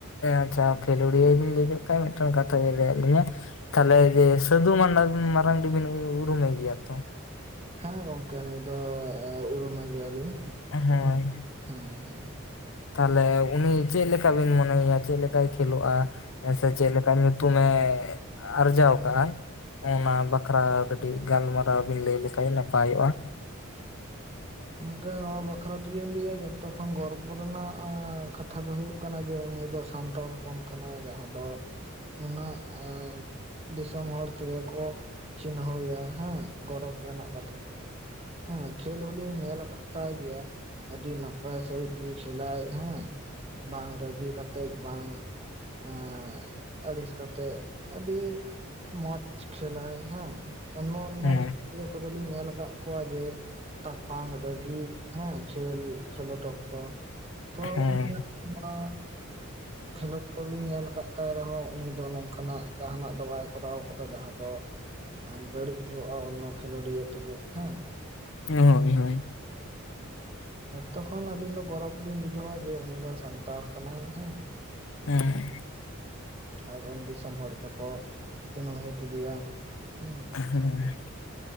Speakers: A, on the left; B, on the right.
A: ᱟᱪᱪᱷᱟ ᱠᱷᱮᱞᱳᱲᱤ ᱵᱤᱱ ᱞᱟᱹᱭ ᱠᱮᱫ ᱠᱷᱟᱡ ᱢᱤᱫᱴᱟᱝ ᱠᱟᱛᱷᱟ ᱵᱤᱱ ᱞᱟᱹᱭ ᱟᱫᱞᱤᱸᱧᱟ <unintelligible> ᱛᱟᱦᱚᱞᱮ ᱡᱮ ᱥᱟᱫᱷᱩ ᱢᱟᱰᱟ ᱢᱟᱨᱟᱝᱰᱤ ᱵᱤᱱ ᱩᱨᱩᱢᱮ ᱜᱮᱭᱟ ᱛᱚ
B: ᱦᱮᱸ ᱜᱚᱝᱠᱮ ᱱᱩᱭ ᱫᱚ ᱩᱨᱩᱢᱮ ᱜᱮᱭᱟ ᱞᱤᱧ
A: ᱦᱳᱭ
B: ᱦᱩᱸ ᱦᱩᱸ
A: ᱛᱟᱦᱚᱞᱮ ᱩᱱᱤ ᱪᱮᱫ ᱞᱮᱠᱟ ᱵᱤᱱ ᱢᱚᱱᱮᱭᱟ ᱪᱮᱫ ᱞᱮᱠᱟᱭ ᱠᱷᱮᱞᱳᱜᱼᱟ ᱦᱮᱸ ᱥᱮ ᱪᱮᱫ ᱞᱮᱠᱟ ᱧᱩᱛᱩᱢᱮ ᱟᱨᱡᱟᱣ ᱠᱟᱜᱼᱟ ᱚᱱᱟ ᱵᱟᱠᱷᱨᱟ ᱠᱟᱹᱴᱤᱡ ᱜᱟᱞᱢᱟᱨᱟᱣ ᱵᱤᱱ ᱞᱟᱹᱭ ᱞᱮᱠᱷᱟᱡ ᱱᱟᱯᱟᱭᱚᱜᱼᱟ
B: ᱜᱚᱝᱠᱮ ᱱᱚᱣᱟ ᱵᱟᱠᱷᱨᱟ ᱫᱚᱞᱤᱧ ᱞᱟᱹᱭᱟ ᱡᱚᱛᱚ ᱠᱷᱚᱱ ᱜᱚᱨᱵᱚ ᱨᱮᱱᱟᱜ ᱮ ᱠᱟᱛᱷᱟ ᱫᱚ ᱦᱩᱭᱩᱜ ᱠᱟᱱᱟ ᱡᱮ ᱩᱱᱤ ᱫᱚ ᱥᱟᱱᱛᱟᱲ ᱦᱚᱯᱚᱱ ᱠᱟᱱᱟ ᱡᱟᱦᱟᱸ ᱫᱚ ᱩᱱᱟᱹᱜ ᱮᱜ ᱫᱤᱥᱚᱢ ᱦᱚᱲ ᱛᱮ ᱜᱮ ᱠᱚ ᱪᱤᱱᱦᱟᱹᱭᱟ ᱦᱮᱸ ᱜᱚᱨᱚᱵᱽ ᱨᱮᱱᱟᱜ ᱠᱟᱛᱷᱟ ᱠᱟᱱᱟ ᱦᱮᱸ ᱠᱷᱮᱞ ᱦᱚᱸ ᱤᱧ ᱧᱮᱞ ᱟᱠᱟᱫ ᱛᱟᱭ ᱜᱮᱭᱟ ᱟᱹᱰᱤ ᱱᱟᱯᱟᱭ ᱥᱟᱺᱦᱤᱡ ᱜᱮ ᱠᱷᱮᱞᱟᱭ ᱦᱮᱸ ᱵᱟᱝ ᱨᱟᱹᱜᱤ ᱠᱟᱛᱮᱫ ᱵᱟᱝ ᱮᱜᱸ ᱟᱹᱲᱤᱥ ᱠᱟᱛᱮᱫ ᱟᱹᱰᱤ ᱢᱚᱸᱡᱽ ᱠᱷᱮᱞᱟᱭ ᱦᱮᱸ ᱚᱱᱱᱚ ᱚᱱᱱᱚ
A: ᱦᱮᱸ
B: ᱠᱷᱮᱞᱳᱲᱤᱭᱟᱹ ᱠᱚ ᱫᱚ ᱞᱤᱧ ᱧᱮᱞ ᱟᱠᱟᱫ ᱠᱚᱣᱟ ᱡᱮ ᱛᱟᱯᱟᱝ ᱨᱟᱹᱜᱤ ᱦᱮᱸ ᱠᱷᱮᱞ ᱠᱷᱮᱞᱳᱰ ᱚᱠᱛᱚ ᱛᱚ
A: ᱦᱮᱸ
B: ᱩᱱᱤᱭᱟᱜ ᱚ <inaudible> ᱠᱷᱮᱞᱳᱰ ᱠᱚ ᱞᱤᱧ ᱧᱮᱞ ᱟᱠᱟᱫ ᱛᱟᱭ ᱨᱮᱦᱚᱸ ᱩᱱᱤ ᱫᱚ ᱱᱚᱝᱠᱟ ᱱᱟᱜ ᱡᱟᱦᱟᱱᱟᱜ ᱫᱚ ᱵᱟᱭ ᱠᱚᱨᱟᱣ ᱠᱟᱫᱟ ᱡᱟᱦᱟᱸ ᱫᱚ ᱵᱟᱹᱲᱤᱡ ᱦᱩᱭᱩᱜᱼᱟ ᱚᱱᱱᱚ ᱠᱷᱮᱞᱳᱰᱤᱭᱟᱹ ᱛᱩᱞᱩᱡ ᱦᱮᱸ
A: ᱦᱳᱭ ᱦᱳᱭ
B: ᱦᱸ ᱡᱚᱛᱚ ᱠᱷᱚᱱ ᱟᱹᱞᱤᱧ ᱫᱚ ᱜᱚᱨᱚᱵᱽ ᱞᱤᱧ ᱵᱩᱡᱷᱟᱹᱣᱟ ᱡᱮ ᱩᱱᱤ ᱫᱚ ᱥᱟᱱᱛᱟᱲ ᱠᱟᱱᱟᱭ ᱦᱮᱸ
A: ᱦᱮᱸᱻ
B: ᱟᱨ ᱩᱱ ᱫᱤᱥᱚᱢ ᱦᱚᱲ ᱛᱮᱠᱚ ᱪᱤᱱᱦᱟᱹᱣ ᱦᱮᱸ ᱠᱮᱫᱮᱭᱟ ᱦᱩᱸ
A: ᱦᱮᱸ